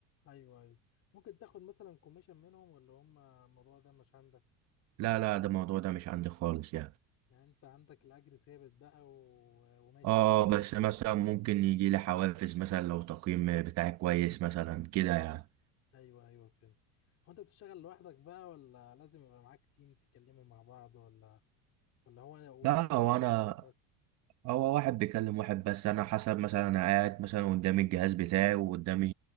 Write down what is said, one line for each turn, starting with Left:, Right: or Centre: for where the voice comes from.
Left: ايوه ايوه ممكن تاخد مثلا كوميشن منهم ولا هم الموضوع ده مش عندك
Right: لا لا ده الموضوع ده مش عندي خالص يعني
Left: يعني انت عندك الاجر ثابت بقى و... وماشي
Right: اه
Left: على كده
Right: بس مثلا ممكن يجي لي حوافز مثلا لو تقييم بتاعي كويس مثلا كده يعني
Left: ايوه ايوه فهمت هو انت بتشتغل لوحدك بقى ولا لازم يبقى معاك تيم تتكلموا مع بعض ولا ولا هو
Right: لا
Left: واحد بيكلم
Right: هو انا
Left: واحد بس
Right: هو واحد بيكلم واحد بس انا حسب مثلا انا قاعد مثلا قدامي الجهاز بتاعي وقدامي